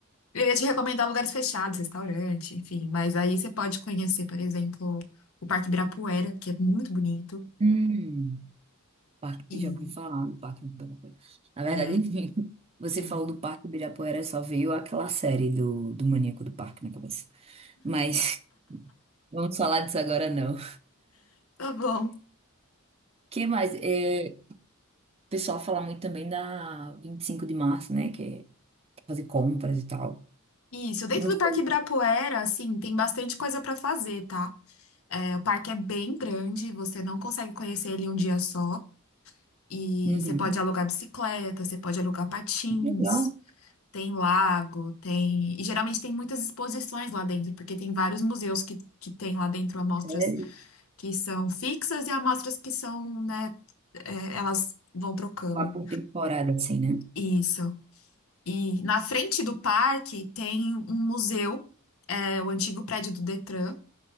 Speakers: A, on the left (about 75°); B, on the right (about 25°).
A: eu ia te recomendar lugares fechados, restaurante, enfim. Mas aí você pode conhecer, por exemplo, o Parque Ibirapuera, que é muito bonito.
B: hum, parque,
A: E
B: eu já ouvi falar do Parque Ibirapuera. Na verdade,
A: é,
B: <laughs> você
A: é
B: falou
A: muito
B: do Parque Ibirapuera, só veio aquela série do, do Maníaco do Parque na cabeça. Mas. Vamos falar disso agora, não. O
A: bom.
B: que mais? É, o pessoal fala muito também da 25 de março, né? Que é fazer compras e tal.
A: Isso, dentro
B: Não
A: do
B: sei.
A: Parque Ibirapuera, assim, tem bastante coisa para fazer, tá? É, o parque é bem grande, você não consegue conhecer ele em um dia só. E
B: Uhum.
A: você pode alugar bicicleta, você pode alugar patins,
B: Legal.
A: tem lago, tem. E geralmente tem muitas exposições lá dentro, porque tem vários museus que, que tem lá dentro amostras
B: Sério.
A: que são fixas e amostras que são, né, é, elas vão trocando.
B: Lá por temporada, assim, né?
A: Isso. E na frente do parque tem um museu, é, o antigo prédio do Detran